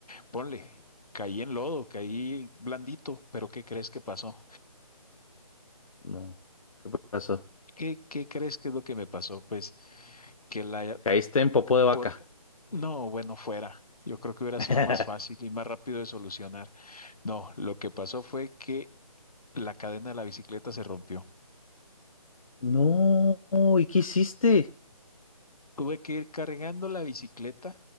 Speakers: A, on the left (about 80°); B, on the left (about 65°).
A: Ponle, caí en lodo, caí blandito, pero ¿qué crees que pasó?
B: No, ¿qué pasó?
A: ¿Qué, qué crees que es lo que me pasó? Pues que la...
B: Caíste en popó de vaca.
A: Por... No, bueno, fuera. Yo creo que hubiera
B: <laughs>
A: sido más fácil y más rápido de solucionar. No, lo que pasó fue que la cadena de la bicicleta se rompió.
B: No, ¿y qué hiciste?
A: Tuve que ir cargando la bicicleta